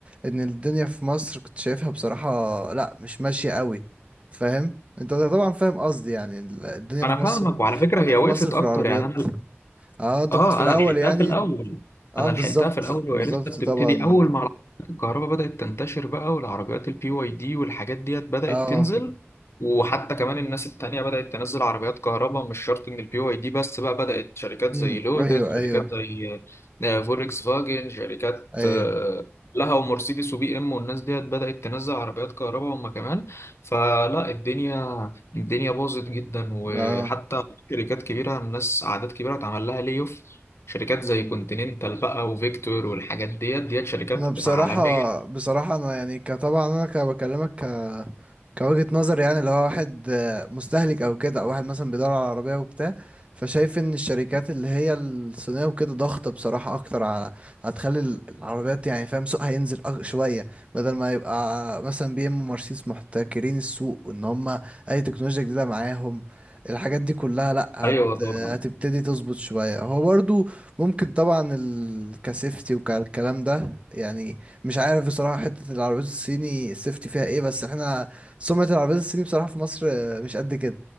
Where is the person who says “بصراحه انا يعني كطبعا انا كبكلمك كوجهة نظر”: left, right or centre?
Right